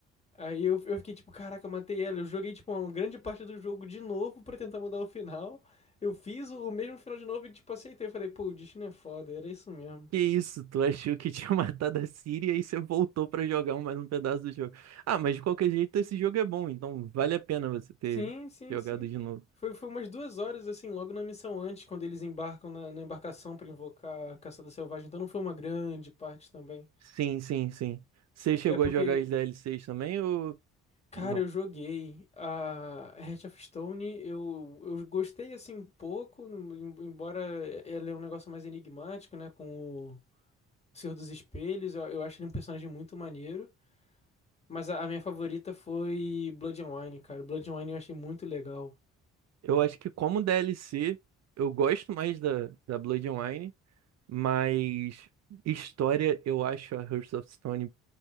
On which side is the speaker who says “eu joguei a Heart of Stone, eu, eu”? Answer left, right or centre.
Left